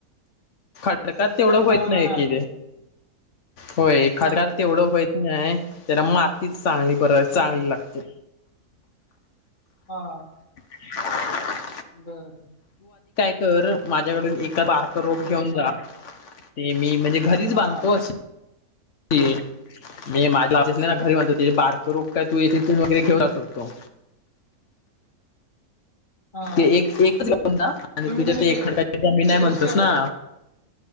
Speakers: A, on the left (about 55°); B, on the left (about 30°).
A: खडक तेवढं
B: खडकावर
A: होत नाही
B: राहणार आपलं
A: कि होय खडक
B: हा
A: तेवढं होत नाही. त्याला मग आत्िच चांगली बर चांगली
B: हा
A: लागते.
B: हा.
A: <unintelligible>
B: बरर.
A: तर माझ्याकडून एकादारक रोप घेऊन जा
B: हा
A: ते मी म्हणजे. घरीच
B: हा
A: बांधतो अस. मी माझ्यास ना घरी म्हणतो बारक रूपय तू वगैरे घेऊन जाऊ शकतो.
B: <unintelligible> हा
A: ते एक एकच गन जा आणि
B: तुम्ही
A: तुझ्या
B: कसं
A: ते
B: म्हणजे
A: एक खडकाची जमीन
B: शेतीकडेच
A: आहे म्हणतस
B: करता
A: ना.
B: होय?